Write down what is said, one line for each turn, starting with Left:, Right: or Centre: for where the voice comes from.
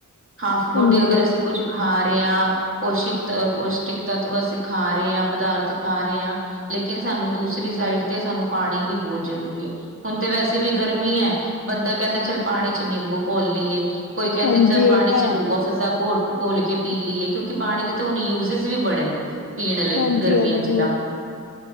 Right: ਹਾਫ ਬੋਡੀ
Left: ਹਾਂਜੀ
Right: ਅਗਰ ਅਸੀਂ ਕੁਛ ਖਾ ਰਹੇ ਹਾਂ ਪੋਸ਼ਿਕ ਪੌਸ਼ਟਿਕ ਤੱਤਵ ਅਸੀਂ ਖਾ ਰਹੇ ਹਾਂ ਪਦਾਰਥ ਖਾ ਰਹੇ ਹਾਂ ਲੇਕਿਨ ਸਾਨੂੰ ਦੂਸਰੀ ਸਾਈਡ ਤੇ ਸਾਨੂੰ ਪਾਣੀ ਵੀ ਬਹੁਤ ਜ਼ਰੂਰੀ ਐ ਹੁਣ ਤੇ ਵੈਸੇ ਵੀ ਗਰਮੀ ਹੈ, ਬੰਦਾ ਕਹਿੰਦਾ ਚੱਲ ਪਾਣੀ ਚ ਨਿੰਬੂ ਘੋਲ ਲਈਏ ਕੋਈ ਕਹਿੰਦੇ
Left: ਹਾਂਜੀ
Right: ਚੱਲ ਪਾਣੀ
Left: ਇਹ ਤਾਂ
Right: ਚ
Left: ਹੈ
Right: ਰੂਆ ਫ ਘੋ ਘੋਲ ਕੇ ਪੀ ਲਈਏ ਕਿਉਂਕਿ ਪਾਣੀ ਦੇ ਤਾਂ ਹੁਣ ਯੂਜੇਜ ਵੀ ਬੜੇ ਨੇ। ਪੀਣ ਲਈ
Left: ਹਾਂਜੀ-
Right: ਗਰਮੀਆਂ
Left: ਹਾਂਜੀ।
Right: ਚ ਤਾਂ